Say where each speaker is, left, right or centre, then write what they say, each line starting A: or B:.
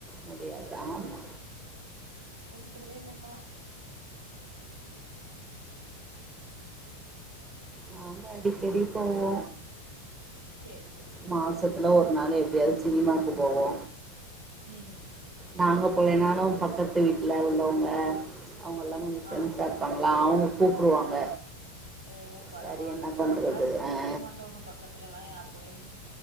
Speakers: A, on the right; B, on the right.
A: முடியாது ஆமா
B: க்குறதே இல்ல இப்பல்லா
A: நாங்க அடிக்கடி போவோ
B: செரி செ
A: மாசத்துல ஒரு நாளு எப்டியாது சினிமாக்கு போவோ
B: உம்
A: நாங்க <unintelligible> பக்கத்து வீ ட்ல உள்ளவுங்க அவுங்கல்லா கொஞ்ச ஃப்ரெண்ட்ஸா
B: ஆ
A: இருப்பாங்க ல்ல அவுங்க கூப்டுவாங்க
B: ஓ பரவால்ல
A: சரி என்ன பண்றது
B: நாங்கல்ல அப்டி போவே
A: ஆ
B: மாட்டோங்க பக்கத் துலல்லா யாரு கூடயுமே